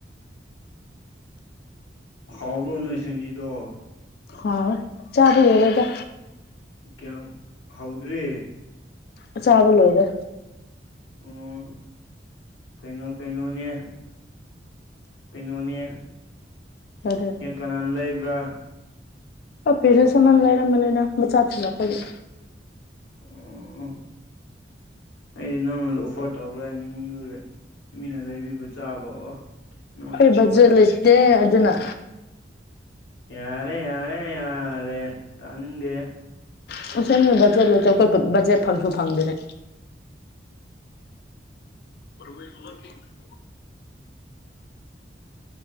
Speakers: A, on the left; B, on the left.
A: ꯍꯥꯎꯕ꯭ꯔꯣ ꯅꯣꯏ ꯁꯤꯡꯒꯤꯗꯣ
B: ꯍꯥꯎꯋꯦ ꯆꯥꯕ ꯂꯣꯏꯔꯦꯗ
A: ꯀꯌꯥꯝ ꯍꯧꯗ꯭ꯔꯤ
B: ꯑꯆꯥꯕ ꯂꯣꯏꯔꯦ
A: ꯑꯣ ꯀꯩꯅꯣ ꯀꯩꯅꯣꯅꯦ ꯀꯩꯅꯣꯅꯦ
B: <unintelligible>
A: ꯍꯦꯛ ꯀꯅꯥꯅ ꯂꯩꯕ꯭ꯔꯥ
B: ꯄꯄꯤꯗꯨ ꯁꯃꯝ ꯂꯩꯔꯝꯕꯅꯤꯅ ꯃꯆꯥ ꯊꯤꯂꯛꯄꯒꯤ
A: ꯑꯣ ꯑꯩꯗꯤ ꯅꯪꯅ ꯑꯣꯐꯔ ꯇꯧꯕ꯭ꯔꯥ ꯅꯤꯡꯂꯨꯔꯦ ꯃꯤꯅ ꯂꯩꯕꯤꯕ ꯆꯥꯕ ꯑꯣ ꯅꯪꯁꯨꯀꯣ
B: ꯑꯩ ꯕꯖꯦꯠ ꯂꯩꯇꯦ ꯑꯗꯨꯅ
A: ꯌꯥꯔꯦ ꯌꯥꯔꯦ ꯌꯥꯔꯦ ꯇꯥꯅꯤꯡꯗꯦ
B: ꯐꯪꯁꯟꯒꯤ ꯕꯖꯦꯠ <unintelligible> ꯑꯩꯈꯣꯏ ꯕꯖꯦꯠ ꯐꯪꯁꯨ ꯐꯪꯗꯅꯥ <inaudible> <unintelligible>